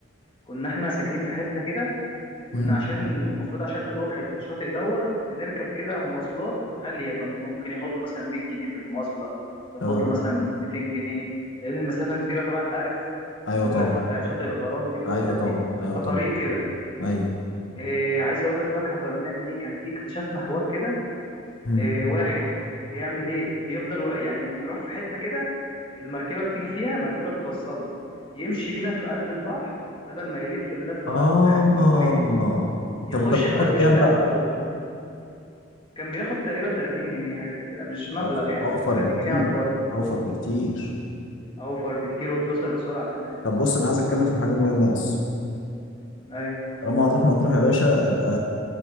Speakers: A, on the left (about 25°); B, on the left (about 70°).
A: كنا احنا ساكنين في حته كده كنا
B: مم.
A: عشان المفروض عشان نروح الشاطئ دوت بنركب كده مواصلات غاليه كان ممكن ياخد له مثلا 100 جنيه في المواصله ياخد
B: اه
A: له مثلا 200 جنيه لان المسافه كبيره طبعا انت عارف
B: ايوه
A: اللفه
B: طبعا
A: بتاعت شاطئ الغرام دي والحتت
B: ايوه طبعا
A: دي بيبقى
B: ايوه طبعا
A: طريق كده
B: ايوه
A: إيه عايز اقول لك بقى احنا كنا بنعمل ايه كان في اكتشفنا حوار كده
B: مم.
A: آه، واحد بيعمل ايه بيفضل وا- يعني بنروح في حتة كده المركبة بتيجي فيها مركبة بتوصلنا يمشي بينا في قلب البحر بدل ما يلف اللفة
B: اه
A: بقى بتاعت الطريق دي يخش
B: طب وكان بتاخد
A: في قلب الشاطئ
B: كام بقى
A: على طول كان بياخد تقريبا 30 جنيه حاجة زي كده مش مبلغ
B: أو-
A: يعني
B: اوفر
A: 30
B: بكتير
A: جنيه على الفرد
B: اوفر بكتير
A: اوفر بكتير وبتوصل بسرعة كمان
B: طب بص انا عايز اتكلم في حاجه مهمه بس
A: ايوه
B: طالما هنروح مطروح يا باشا يبقى